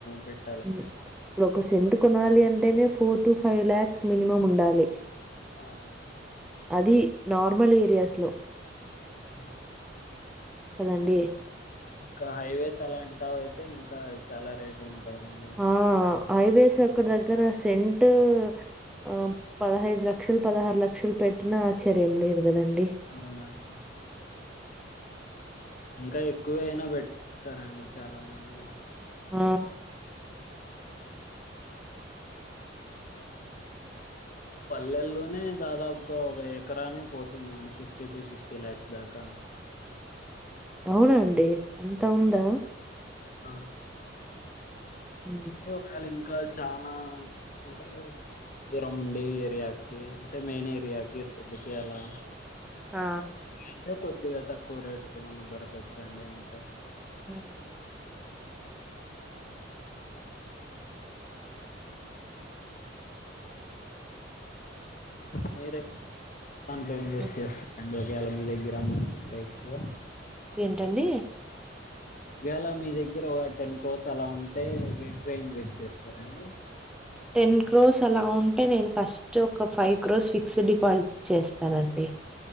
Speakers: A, on the left (about 45°); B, in the centre.
A: పెట్
B: ఇప్పుడు ఒక సెంట్ కొనాలి అంటేనే four twenty five lakhs minimum ఉండాలి
A: అవును అండి
B: అది నార్మల్ ఏరియాస్లో
A: ఆ
B: కదండి
A: ఇంకా హైవేస్ అలాంటి తావు అయితే ఇంకా చాలా రేట్ ఉంటాయి కదండి
B: ఆ హైవేస్ అక్కడ దగ్గర సెంట్ ఆ పదహైదు లక్షలు పదహారు లక్షలు పెట్టిన ఆశ్చర్యం లేదు కదండి
A: అవునండి ఇంకా ఎక్కువ అయినా పెడతారండి చాలా మంది
B: ఆ
A: పల్లెల్లోనే దాదాపుగా ఒక ఎకరానే పోతుందండి ఫిఫ్టీ టూ సిక్స్టీ ల్యాక్స్ దాకా
B: అవునండి అంతా ఉందా
A: ఆ
B: హ
A: ఏ ఒకవేళ ఇంకా చనా అంటే దూరం ఉండి ఏరియాకి అంటే మెయిన్ ఏరియాకి రోడ్డుకి అలా
B: ఆ
A: అంటే కొద్దిగా తక్కువ రేటుకి ఏమన్నా దొరకచ్చండి అంతే
B: ఉ
A: మీరే దాంట్లో ఇన్వెస్ట్
B: హ్మ్.
A: చేస్తారండి ఒకేళ మీ దగ్గర అమౌంట్ ఉంటే ఎక్కువ
B: ఏంటండి
A: ఒకవేళ మీ దగ్గర ఒక టెన్ క్రోస్ అలా ఉంటే వేటిలో ఇన్వేస్ట్ చేస్తారండి
B: టెన్ క్రోస్ అలా ఉంటే నేను ఫస్ట్ ఒక ఫైవ్ క్రోస్ ఫిక్స్డ్ డిపాజిట్ చేస్తానండి